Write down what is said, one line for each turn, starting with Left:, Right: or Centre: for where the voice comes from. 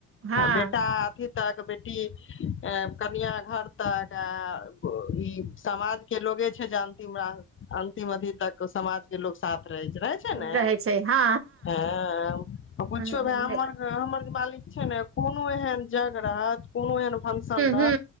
Right: हँ
Left: बेटा अथी तक बेटी कनियां घर तक तऽ ई समाज के लोगे छै जे अंतिम अंतिम अथी तक समाज जे लोक साफ रहै छै ने
Right: रहै छै हँ
Left: हँ पुछो
Right: हू
Left: भाय हमर हमर मालिक छै ने कोनो एहन जग रहत कोनो एहन फंक्शन रह
Right: हू